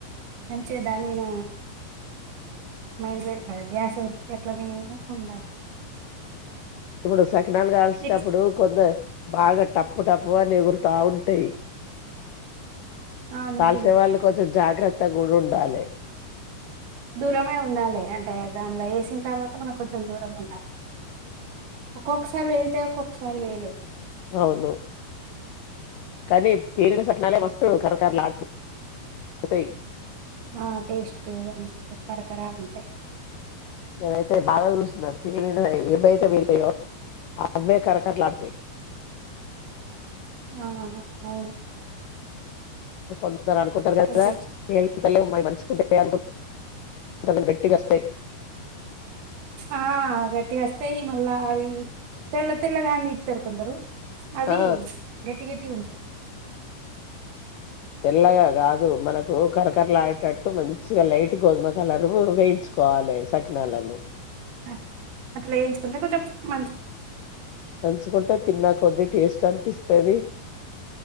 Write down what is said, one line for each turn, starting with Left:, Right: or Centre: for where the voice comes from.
Right: మంచిగ దాని మీద మైండ్ పె ధ్యాస పెట్టి అట్లనే ఉండాలి.
Left: ఇపుడు సకినాల్ కాల్సెటప్పుడు
Right: నెక్స్ట్
Left: కొంద బాగ టప్పు టప్పు అని ఎగురుతా ఉంటాయి.
Right: ఆ నువ్వులు
Left: కాల్సే వాళ్ళు కొంచం జాగ్రత్ త్తగా గుడుండాలి
Right: దూరమే ఉండాలే అంటే దాన్లో ఏసిన తర్వాత మనం కొంచెం దూరంగా ఉండాలి. ఒక్కొక్కసారి పేళ్తయ్ ఒక్కొక్కసారి పేళయ్.
Left: అవును కానీ పేలిన సట్నాలే మస్తు కరకరలాడు తయి
Right: ఆ టేస్ట్ మంచి కరకరా అంటయి
Left: నేనైతే బాగా చూస్తున్నా పేలినై ఏవి అయితే పేలినయో అవే కరకరలాడుతయి.
Right: ఆ అవును
Left: ఎ కొం అందరు అనుకుంటరు కదా
Right: అంటే
Left: పేల్ ఈ పల్లేం మాయి మంచిగుంటాయి అనుకు <inaudible> గట్టిగా వస్తాయి
Right: ఆ గట్టిగ అస్తయి మళ్ళా అవి తెల్ల తెల్లగా అని జేత్తరు కొందరు. అవి
Left: ఆ
Right: గట్టి గట్టిగా ఉం <unintelligible>
Left: తెల్లగా కాదు మనకు కరకరలాడేటట్టు మంచిగా లైట్ గోధుమ కలర్ వేయించుకోవాలి సకినాలను
Right: అ అట్లా వేయించుకుంటే కొంచెం మంచి
Left: నంచుకుంటే తిన్నాక్కు కొద్ది టేస్ట్ అనిపిస్తది